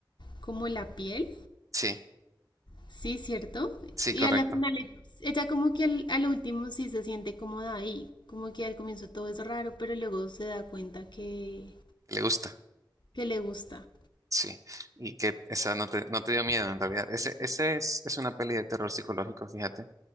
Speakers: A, on the left; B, on the right.
A: como la piel.
B: sí,
A: Sí, cierto.
B: sí,
A: Y
B: correcto.
A: a la final, e- ella como que al, al último sí se siente cómoda ahí. Como que al comienzo todo es raro, pero luego se da cuenta que,
B: Le gusta,
A: que le gusta.
B: sí. Y que esa no te, no te dio miedo en realidad. Ese, ese es, es una peli de terror psicológico, fíjate.